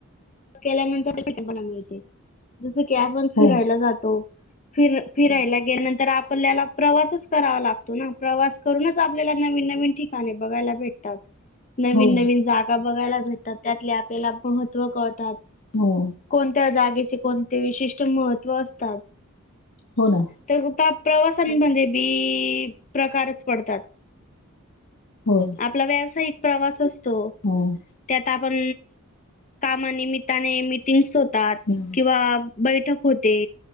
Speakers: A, on the left; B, on the left.
A: केल्या नंतर <unintelligible> मिळते जस की आपण फिरायला
B: हो
A: जातो. फिर फिरायला गेल्यानंतर आपल्याला प्रवासच करावा लागतो ना प्रवास करूनच आपल्याला नवीन नवीन ठिक का नी बघायला भेट नवीन
B: हो
A: नवीन जागा बघायला भेटतात. त्यातले आपल्याला महत्त्व कळतात.
B: हो
A: कोणत्या जागेचे कोणते विशिष्ट महत्त्व असतात.
B: हो ना?
A: तग त्या प्रवासांमध्ये बी प्रकारच पडतात.
B: हो.
A: आपला व्यावसायिक प्रवास असतो.
B: हम्म.
A: त्यात आपण मनामित्ताने मिटिंग्स होतात
B: हम्म
A: किंवा बैठक होते.